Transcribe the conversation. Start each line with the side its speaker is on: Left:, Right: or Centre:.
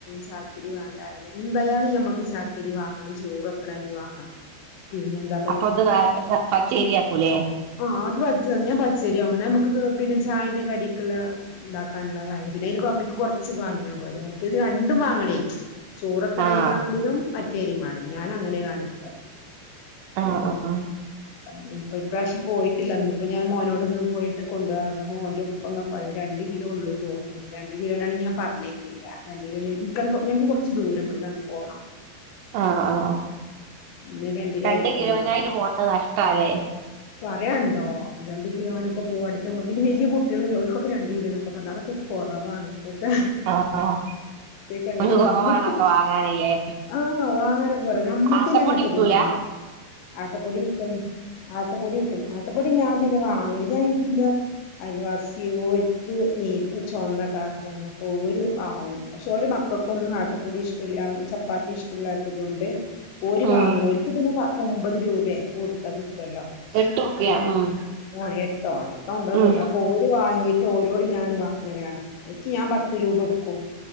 Left: ചാക്കിരി വേണ്ടറില്ല എന്തായാലും ഞമ്മക്ക് ചാക്കരി വാങ്ങണം ചോർ വെക്കണരി വാങ്ങണം. പിന്നെന്താ
Right: അപ്പൊ അത് പച്ചേരിയാക്കൂലേ.
Left: ആഹ് അത് ഞാൻ പച്ചരിയാക്കും ന മ്മക്ക് പിന്നെ ചായന്റെ കടിക്കുള്ള ഇണ്ടാക്കാനുള്ളതായിരുന്നു പിന്നെ അയ്ന് കമ്മിക്ക് കുറച്ച് വാങ്ങിയാ പോരെ മറ്റേത് രണ്ടും വാങ്ങണേ. ചോറൊക്കണരിം
Right: ആഹ്
Left: വങ്ങണ്ടരും മറ്റേ അരി വാങ്ങും ഞാൻ അങ്ങനെ കാണിക്ക
Right: ആഹ്
Left: പിന്നെ
Right: ആഹ്
Left: ഇപ്പൊ ഇപ്രാവശ്യം പോയിട്ടില്ല ഇന്നിപ്പോ ഞാൻ മോനോട് ഇന്ന് പോയിട്ട് കൊണ്ടുവാ അപ്പൊ ഓന്റെ ഉപ്പ പറഞ്ഞത് രണ്ട് കിലോ ഉള്ളൂ തോന്ന്ണ് രണ്ട് കിലോനാണെങ്കിൽ ഞാൻ പറഞ്ഞേക്കില്ല രണ്ട് കിലോ ഞങ്ങക്ക് കുറച്ച് ദൂരം ഇവിടെന്ന് പോകണം.
Right: ആഹ് ആഹ്
Left: ഇന്ന് കിലോ
Right: രണ്ട്
Left: ആയിരിക്കുംന്നാണ്
Right: കിലോനായിട്ട് പോകുന്നത് നഷ്ട അല്ലേ.
Left: പറയണ്ടോ രണ്ട് കിലോനായിട്ട് പോവാന്ന് പറയുമ്പോ പിന്നേ വലിയ കുട്ടികള് ഓൽക്ക് ഒക്കെ രണ്ട് കിലോനൊക്കെ ഒന്നാമത് ഒക്കെ ഒരു കുറവാണ് ഇപ്പൊക്കെ.
Right: ആഹ്
Left: കുട്ടികൾക്ക് അങ്ങനെ
Right: ഒരു കുറവാണൊക്കെ
Left: നമ്മക്ക്
Right: വാങ്ങാനില്ലേ
Left: ആഹ് വാങ്ങാനൊക്കെ കുറവാ നമ്മക്ക്
Right: ആട്ടപ്പൊടി
Left: അങ്ങനത്തെതൊന്നില്ല.
Right: കിട്ടൂല
Left: ആട്ടപ്പൊടി കിട്ടും ആട്ടപ്പൊടി കിട്ടും ആട്ടപ്പൊടി ഞാൻ പിന്നേ വാങ്ങൽ ഇല്ല ഞാൻ എനിക്കിന്റെ അൽവാസി ഓൽക്ക് നീ ചുവന്ന കാർഡാണ് അപ്പൊ ഓര് വാങ്ങും. പക്ഷെ ഓലെ മക്കൾക്കൊന്നും ആട്ടപ്പൊടി ഇഷ്ടല്ല ചപ്പാത്തി ഇഷ്ടല്ലാത്തതുകൊണ്ട്. ഓര്
Right: ഉം
Left: വാങ്ങണം ഓര്ക്ക് പിന്നെ ഒമ്പത് രൂപ കൊടുത്താ കിട്ടുവല്ലോ.
Right: എട്ട് റുപ്യ
Left: അപ്പൊഞ്ഞ്
Right: ഉം
Left: ആഹ് എട്ടോ എട്ടോ ഒമ്പതൊ
Right: ഉം
Left: കൊടുത്ത അപ്പൊ ഓര് വാങ്ങിയിട്ട് ഓരോട് ഞാൻ വാങ്ങലാണ് ഒരിക്ക് ഞാൻ പത്ത് രൂപ കൊടുക്കും.